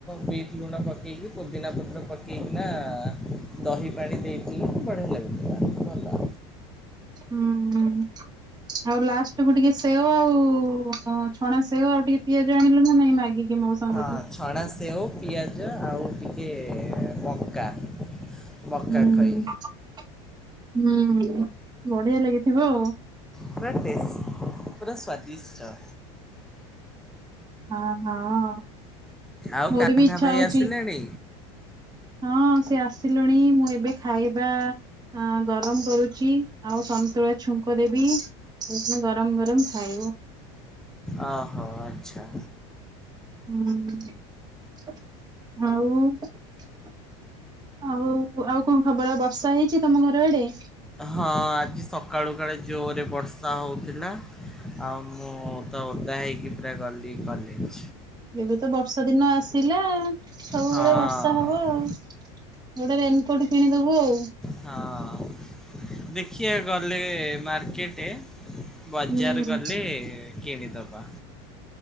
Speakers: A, in the centre; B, on the right.
A: ବିଟ ଲୁଣ ପକେଇକି ପୁଦିନା ପତ୍ର ପକେଇକିନା ଦହି ପାଣି ଦେଇଥିଲେ ବଢ଼ିଆ ଲାଗୁଥିଲା ଭଲ।
B: ହୁଁ। ଆଉ ଲାଷ୍ଟେକୁୁ ଟିକେ ସେଓ ଆଉ ଛଣା ସେଓ ଆଉ ଟିକେ ପିଆଜ ଆଣିଲୁ ନା ନାଇଁ ମାଗିକି। କି ମୋଉ ସାଙ୍ଗ ଟୁ।
A: ହଁ ଛଣା ସେଉ ପିଆଜ ଆଉ ଟିକେ ମକା ମକା
B: ହୁଁ
A: ଖଇ
B: ହୁଁ ବଢିଆ ଲାଗିଥିବ ଆଉ।
A: ପୁରା ଟେଷ୍ଟି ପୁରା ସ୍ଵାଦିଷ୍ଟ।
B: ହଁ ହଁ।
A: ଆଉ
B: ମୋର
A: କାହ୍ନା
B: ବି ଇଚ୍ଛା
A: ଭାଇ
B: ହଉଛି
A: ଆସିଲେଣି?
B: ହଁ ସେ ଆସିଲଣି ମୁଁ ଏବେ ଖାଇବା ଆ ଗରମ କରୁଛି ଆଉ ସନ୍ତୁଳା ଛୁଙ୍କ ଦେବି। ଗରମ ଗରମ ଖାଇଵୁ।
A: ଓ ହୋ ଆଚ୍ଛା।
B: ହଁ ଆଉ ଆଉ ଆଉ କଣ ଖବର? ବର୍ଷା ହେଇଛି ତମ ଘର ଆଡେ।
A: ହଁ ଆଜି ସ ସକାଳୁ କାଳେ ଜୋରେ ବର୍ଷା ହେଉଥିଲା। ଆଉ ମୁଁ ତ ଓଦା ହେଇକି ପୁରା ଗଲି କଲେଜେ।
B: ଏବେ ତ ବର୍ଷା ଦିନ ଆସିଲା ସବୁବେଳେ
A: ହଁ
B: ବର୍ଷା ହବ ଆଉ। ଗୋଟେ ରେନ୍ କୋଟ୍ କିଣିଦବୁ ଆଉ।
A: ହଁ ଦେଖିବା ଗଲେ ମାର୍କେଟେ। ବଜାର
B: ହୁଁ
A: ଗଲେ କିଣିଦବା।